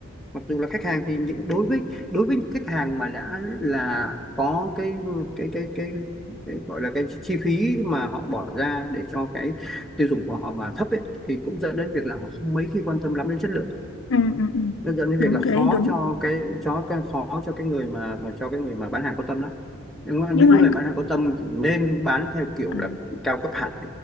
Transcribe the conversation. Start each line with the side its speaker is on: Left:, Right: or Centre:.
Centre: mặc dù là khách hàng thì những đối với đối với những khách hàng mà đã là có cái cái cái cái, cái gọi là cái chi chi phí mà họ bỏ ra để cho cái tiêu dùng của họ mà thấp ấy, thì cũng dẫn đến việc là họ không mấy khi quan tâm lắm đến chất lượng
Left: ừ, ừ, ừ.
Centre: nó dẫn đến
Left: đúng
Centre: việc là khó
Left: cái đấy đúng
Centre: cho cái cho cái khó cho cái người mà mà cho cái người mà bán hàng có tâm lắm nhưng mà
Left: nhưng
Centre: những
Left: mà
Centre: người
Left: anh
Centre: bán hàng có tâm thì nên bán theo kiểu
Left: à.
Centre: là cao cấp hẳn